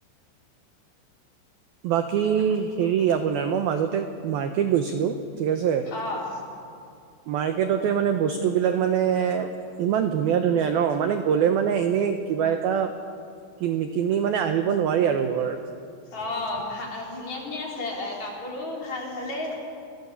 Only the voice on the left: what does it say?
অ',
অ ভা ধুনীয়া, ধুনীয়া আছে এ কাপোৰো ভাল ভালেই।